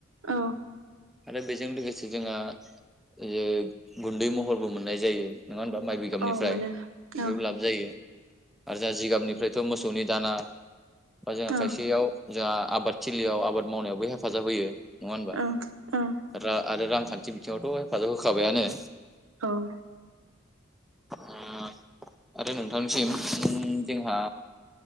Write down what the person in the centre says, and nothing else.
आरो बेजों लोगोसे जोंहा ओ गुन्दै महरबो मोननाय जायो। नोङा होनबा माइ बिगाबनिफ्राय
<unintelligible>
लाब जायो आरो जा जिगाबनिफ्राय <unintelligible> मोसौनि दाना बा जोंहा
खायसेयाव जोंहा आबाद थिलियाव आबाद मावनायावबो हेफाजाब होयो। नङा होनबा
रा आरो रां खान्थि बिथिङावथ' हेफाजाब होखाबायानो।
ओ आरो नोंथांनिसिम उम जोंहा